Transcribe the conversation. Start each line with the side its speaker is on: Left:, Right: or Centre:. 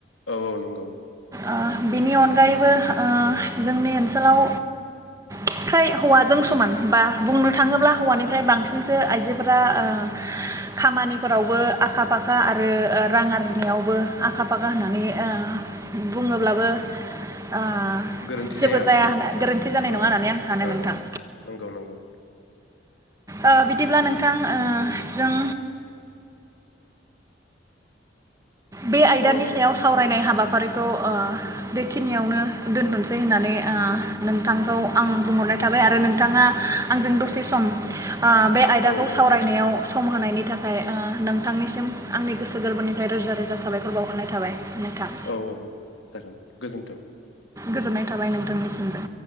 Left: औ औ नंगौ।
Right: ओ बिनि अनगायैबो ओ जोंनि ओनसोलाव फ्राय हौवाजों समान बा बुंनो थाङोब्ला हौवानिफ्राय बांसिनसो आइजोफोरा ओ खामानिफोरावबो आखा फाखा आरो ओ रां आरजिनायावबो आखा फाखा होननानै ओ बुङोब्लाबो ओ
Left: गोरोन्थि
Right: जेबो
Left: जाया
Right: होनना गोरोन्थि जानाय
Left: अ
Right: नङा होननानै आं सानो
Left: ओ
Right: नोंथां
Left: ओ नंगौ नंगौ।
Right: ओ बिदिब्ला नोंथां ओ जों बे आयदानि
Left: औ
Right: सायाव साव रायनाय हाबाफारिखौ ओ बेखि खिनियावनो दोनथ'नोसै होननानै ओ नोंथांखौ आं बुंहरनाय थाबाय आरो नोंथाङा आंजों दसे सम ओ बे आयदाखौ
Left: औ
Right: सावरायनायाव सम होनायनि थाखाय ओ नोंथांनिसिम आंनि गोसो गोरबोनिफ्राय रोजा रोजा साबायखर बावहरनाय थाबाय। नोंथां
Left: औ औ जागोन गोजोन्थों।
Right: गोजोननाय थाबाय नोंथांनिसिमबो।